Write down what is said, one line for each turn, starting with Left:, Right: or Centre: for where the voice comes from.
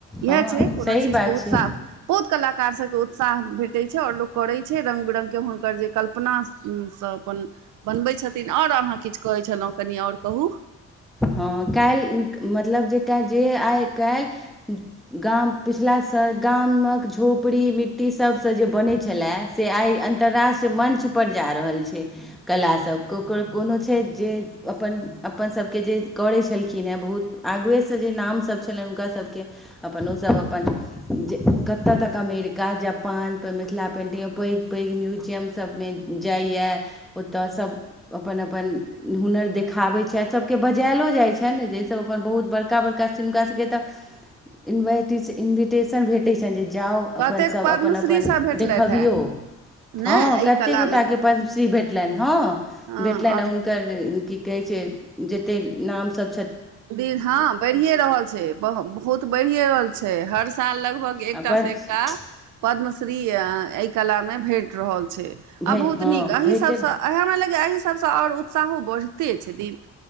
Centre: हँ
Right: इएह छै। कोनो
Centre: सही
Right: चीज
Centre: बात
Right: के उत्साह
Centre: छै
Right: बहुत कलाकार सभ के उत्साह भेटै छै। आओर लोक करै छै। रंग बिरंग के हुनकर जे कल्पना सभ अप्पन बनबै छथिन। आओर अहाँ किछु कहै छलहुँ कनि आओर कहू
Centre: हा काल्हि मतलब जे क जे आइ काल्हि गाम पिछिला स गाम कऽ झोपड़ी मिट्टी सभ सँ जे बनैत छलए से आइ अन्तर्राष्ट्रीय मंच पर जा रहल छै। कलास सभ ककर कोनो छै। जे अप्पन अप्पन सभ केँ के जे करै छलखिन हँ बहुत आगुए सँ जे नाम सभ छलनि हुनका सभकेँ अप्पन ओ सभ अप्पन जे कतय तक अमेरिका जापान पर मिथिला पेन्टिंग पैघ पैघ म्युजियम सभ में जाइए ओतय सभ अप्पन अप्पन हुनर देखाबैत छथि। के बजायलो जाइ छनि। जाहिसभ अप्पन बहुत बड़का बड़का सिमनक सभ के तऽ इंवाइटीस इन्विटेशन भेट। ओतहिसन जे जाउ
Right: कतेक
Centre: अप्पन सभ
Right: पद्मश्री
Centre: अप्पन अप्पन
Right: सब भेटलथि
Centre: देखबियौ
Right: हे नहि
Centre: हँ
Right: एहि
Centre: कते
Right: कलामे
Centre: गोटा के पद्मश्री। भेटलनि हँ
Right: हँ
Centre: भेटलनि
Right: आओर
Centre: आँ हुनक कर की कहै छै। जतेक नाम सभ
Right: दिन हँ बढ़िए रहल छै। ब बहुत त बढ़ए रहल छै। हर साल लगभग
Centre: आओर
Right: एकटास
Centre: पद्म
Right: से एकटा पद्मश्री एहि कला में भेट रहल छै। आ
Centre: भे
Right: बहुत
Centre: हँ
Right: नीक ए
Centre: भेटै
Right: सभ सँ आ हमरा लगैए एहि सभ सँ आओर उत्साहो बढ़िते छथिन।